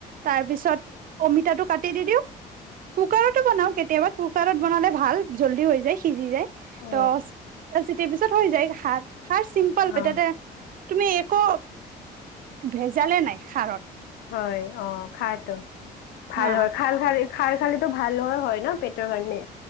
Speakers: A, on the right; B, on the left.
A: তাৰপিছত অমিতাটো কাটি দি দিওঁ কুকাৰতো বনাওঁ কেতিয়া কুকাৰত বনালে ভাল জল্দি হৈ যায় সিজি যায়
B: অ
A: ততি পিছত হৈ যায় ঘাত। খাৰ চিম্পল
B: অ
A: হয় ততে তুমি একো ভেজালে নাই সাৰত
B: হয় অ খাওতো। ভাল
A: অ
B: হয় খাল খাল খাল খাল ভাল হয় হয় ন পেটৰ কাৰণে।